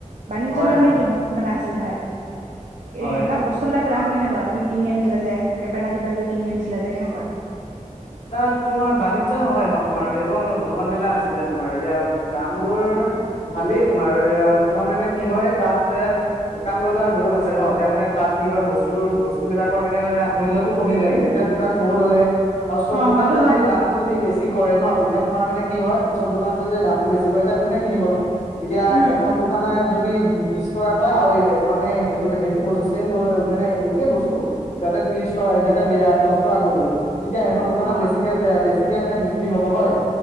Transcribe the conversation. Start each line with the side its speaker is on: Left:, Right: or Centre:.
Right: বাণিজ্য
Left: হয়
Right: মেলা,
Left: হয়
Right: নেকি সণ মেলা, আছিলে হয়।
Left: হয়
Right: এ, তাত বস্তু বিলাক আক দম কেনেকুৱা, তুমি কিনি আনিছিলা যে, কেপা, না কিবা, কিবি কিনি আনিছিলা যে, কেনেকুৱা
Left: তাত তোমাৰ বাণিজ্য নহয়, এখন তোমাৰ, সেইটো হনুমান মেলা আছিলে, তোমাৰ এয়া দাম
Right: অ',
Left: বোৰ, ভালেই। তোমাৰ তোমাৰ মানে কি হয় তাত দোকান বজাৰ বহুত আছে ন' এতিয়া মানে তাত কি হয় বস্তুতো বস্তু বিলাকৰ মানে মূল্যটো কমি যায় কি এতিয়া দোকান বহুত হ'লে আৰু সব
Right: অ',
Left: দোকানত
Right: হয়তো হয়
Left: যদি দামটো যদি বে কৰে ন' তেতিয়া তোমাৰ মানে কি হয় চব দোকানতে যদি দামটো বেছি হয় তেতিয়া কোনে কিনিবনো। এতিয়া
Right: উম,
Left: এখন
Right: উম,
Left: দোকানে যদি উ, বিশ টকা কয় আৰু এনে সেইটো সেইটো বস্তু চছেম মানে একে বস্তু সিহঁতে ত্ৰিশ টকা সিহঁতে দশ টকা কৈ দে তেতিয়া সিহ দোকানত
Right: অ',
Left: বেছিকে বেছি তেয়া মানে বিক্ৰী হ'ব হয়।